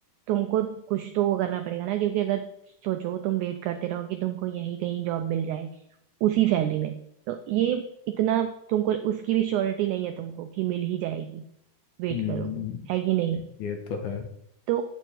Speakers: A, on the right; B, on the left.
A: तुमको कुछ तो वो करना पड़ेगा ना क्योंकि अगर सोचो तुम वेट करते रहो कि तुमको यहीं कहीं जॉब मिल जाए उसी सैलरी में तो ये इतना तुमको उसकी भी श्योरिटी नहीं है तुमको कि मिल ही जाएगी वेट
B: हम्म
A: करोगे है कि नहीं
B: ये ये तो है
A: तो